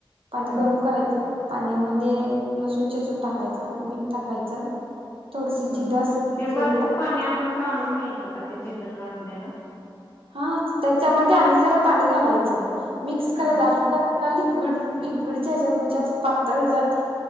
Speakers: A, on the right; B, on the left.
A: पाणी
B: हा
A: गरम करायचं. पाण्यामध्ये लसूण चेचून टाकायचा, मीठ टाकायचं. थोडस जिरं
B: हम्म,
A: असेल तर
B: ते
A: जिरं
B: वरचं
A: टाकायचं
B: पानी आपण गाळून घ्यायचं. का ते भिजत घातलय ना.
A: हां, त्याच्या मध्ये आणि जरा पाणी घालायचं. मिक्स
B: हा
A: करायचा आजू <unintelligible> क्विड लिक्विडच्या हेज्यात म्हणजे असं पातळ हेज्यात